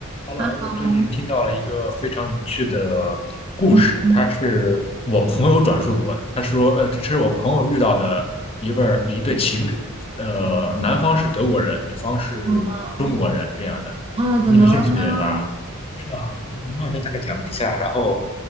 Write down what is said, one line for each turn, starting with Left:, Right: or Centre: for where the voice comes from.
Left: Hello，
Right: Hello，
Left: 我最近听到了一个非常有趣的故事，
Right: 嗯，
Left: 他是我朋友转述给我的。他说，呃，这是我朋友遇到的一位儿一对情侣，呃，男方是德国人，女方是
Right: 我
Left: 中国人，这样的。
Right: 啊，怎么了呢？
Left: 你有兴趣吗？是吧？那我就大概讲一下。然后，